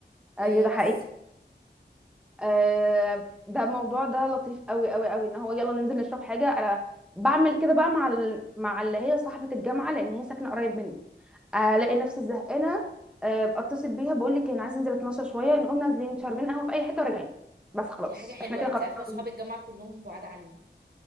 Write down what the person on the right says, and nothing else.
أه
بس
دي حاجه حلوه
انت
عارفه اصحاب الجامعه كلهم بعاد عني